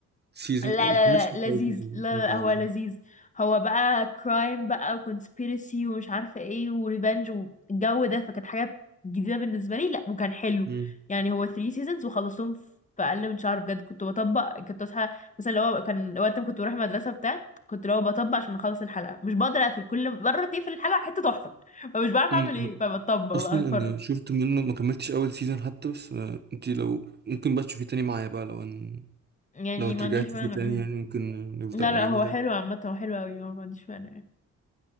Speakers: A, on the right (about 35°); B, on the left (about 25°).
A: سيزون
B: لا لا
A: ما كملتش حتى
B: لا لذيذ
A: اول سيزون
B: لا
A: انت
B: لا
A: عاوز
B: هو لذيذ
A: يعني
B: هو بقى كرايم بقى وكونسبيرسي ومش عارفة ايه وريفنج والجو ده فكانت حاجة جديدة بالنسبة لي لا وكان حلو
A: مم.
B: يعني هو 3 سيزونز وخلصتهم في أقل من شهر بجد كنت بطبق كنت أصحى مثلا لو هو كان وقت ما كنت بروح المدرسة بتاع كنت لو بطبق عشان أخلص الحلقة مش بقدر أقفل كل مرة تقفل الحلقة حتة تحفة فمش بعرف
A: مم.
B: أعمل ايه فبطبق
A: اصلا
B: بقى أتفرج
A: انا شفت منه ما كملتش اول سيزون حتى بس انت لو ممكن بقى تشوفيه تاني معايا بقى لو ان...
B: يعني
A: لو ترجعي
B: ما عنديش
A: تشوفيه
B: مانع
A: تاني
B: أمم.
A: يعني ممكن نبدأه
B: لا لا
A: يعني
B: هو حلو عامة هو حلو أوي هو ما عنديش مانع يعني.